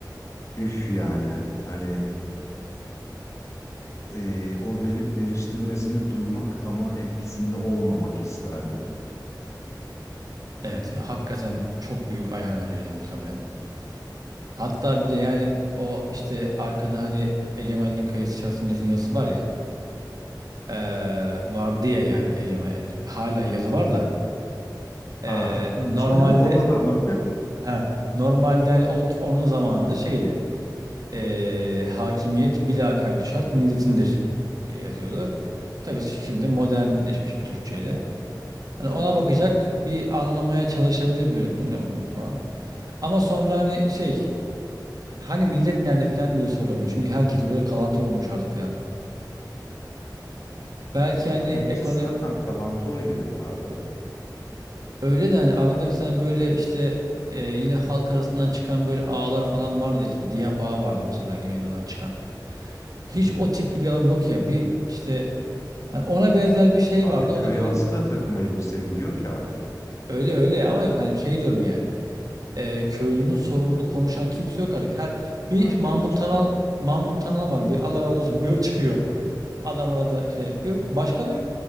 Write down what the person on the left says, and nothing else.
üf yani hani e, o verip veriştirmesini duymak ama etkisinde olmamak isterdim.
Ha,
<laughs> onu da mı?
<laughs> Ama
meclis
zaten kalantor yeri be abi.
Abi
köy
ağası da takım elbise giyiyor ki artık.
Ay
yok canım.
Evet.